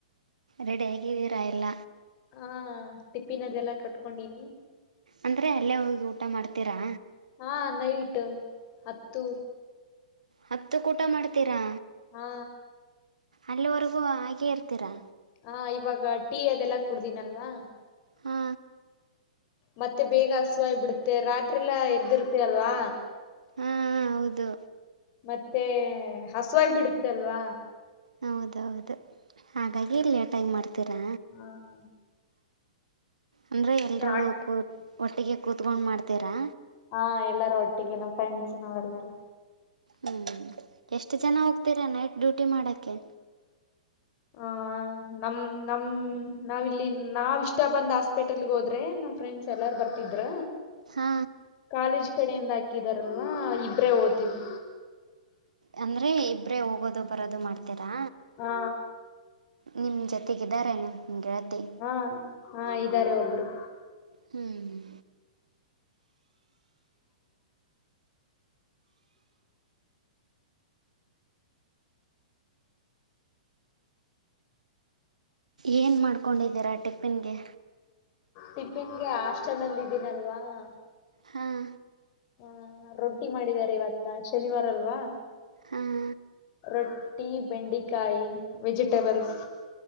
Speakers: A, on the right; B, on the left.
A: ರೆಡಿಯಾಗಿ ವೀರ ಇಲ್ಲ
B: ಹಾ ಟಿಪ್ಪಿನದೆಲ್ಲಾ ಕಟ್ಕೊಂಡೀನಿ
A: ಅಂದ್ರೆ ಅಲ್ಲೇ ಹೋಗಿ ಊಟ ಮಾಡ್ತೀರಾ
B: ಹಾ ನೈಟ್ ಹತ್ತು
A: ಹತ್ತು ಊಟ ಮಾಡ್ತೀರಾ
B: ಹಾ
A: ಅಲ್ಲಿವರೆಗೂ ಹಾಗೆ ಇರ್ತೀರಾ
B: ಹಾ ಇವಾಗ ಟೀ ಅದೆಲ್ಲ ಕುಡ್ದನಲ್ವಾ
A: ಹಾ
B: ಮತ್ತೆ ಬೇಗ ಹಸಿವಾಗ ಬಿಡುತ್ತೆ ರಾತ್ರಿ ಎಲ್ಲ ಎದ್ದಿರ್ತ ಅಲ್ವಾ
A: ಹಾಂ ಹೌದು
B: ಮತ್ತೆ ಹಸುವಾಗ ಬಿಡುತ್ತಲ್ವಾ
A: ಹೌದೌದು ಹಾಗಾಗಿ ಲೇಟಾಗಿ ಮಾಡ್ತೀರಾ
B: ಹ್ಮ
A: ಅಂದರೆ ಎಲ್ಲರೂ
B: ಹಣ್ಣ್
A: ಕೂತ್ ಒಟ್ಟಿಗೆ ಕೂತ್ಕೊಂಡು ಮಾಡ್ತೀರಾ
B: ಹಾ ಎಲ್ಲಾರೂ ಒಟ್ಟಿಗೆ ನಮ್ಮ್ ಫ್ರೆಂಡ್ಸ್ ನಾವ್ಲ್ಲಾರೂ
A: ಹ್ಮ್ ಎಷ್ಟು ಜನ ಹೋಗ್ತೀರಾ ನೈಟ್ ಡ್ಯೂಟಿ ಮಾಡಕೇ.
B: ಹಾ. ನಮ ನಮ್ಮ ನಾವಿಲ್ಲಿ ನಾವ ಇಷ್ಟ ಬಂದ ಹಾಸ್ಪೆಟಲ್ಗೆ ಹೋದ್ರೆ ನಮ್ಮ ಫ್ರೆಂಡ್ಸ್. ಎಲ್ಲಾರ್ ಬರ್ತಿದ್ರ.
A: ಹಾ.
B: ಕಾಲೇಜ್ ಕಡೆಯಿಂದ ಹಾಕಿದಾರಲ್ವಾ ಇಬ್ರೇ ಹೊತೀವಿ.
A: ಅಂದರೆ ಇಬ್ಬರೇ ಹೋಗೋದು ಬರೋದು ಮಾಡ್ತೀರಾ.
B: ಹಾ.
A: ನಿಮ್ ಜೊತೆಗಿದ್ದಾರೆೇ ಎನ್ ಗೆಳತಿ.
B: ಹಾ ಹಾ ಇದ್ದಾರೆ ಒಬ್ರು.
A: ಹ್ಮ್್ಮ ಏನು ಮಾಡ್ಕೊಂಡಿದ್ದೀರಾ ಟಿಫಿನ್ಗೆ
B: ಟಿಫಿನ್ಗೆ ಆಸ್ಟನಲ್ಲ ಇದಿದ್ದೀನಲ್ವಾ
A: ಹಾಂ
B: ಹಾ ರೊಟ್ಟಿ ಮಾಡಿದಿದ್ದಾರೆ ಇವತ್ತ ಶನಿವಾರ ಅಲ್ವಾ
A: ಹಾಂ
B: ರೊಟ್ಟಿ ಬೆಂಡಿಕಾಯಿ ವೆಜಿಟಬಲ್ಸ್